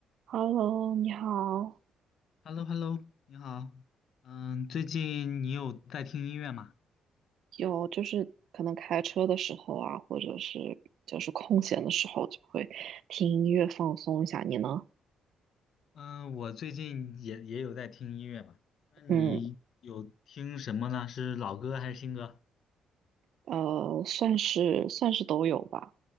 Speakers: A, on the right; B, on the left.
A: Hello，你好。
B: h e l l o h e l l o 你好。嗯，最近你有在听音乐吗？
A: 有就是可能开车的时候啊，或者是就是空闲的时候，就会听音乐放松一下。你呢？
B: 嗯，我最近也也有在听音乐吧。那你有听什么呢？
A: 嗯，
B: 是老歌还是新歌？
A: 呃，算是算是都有吧。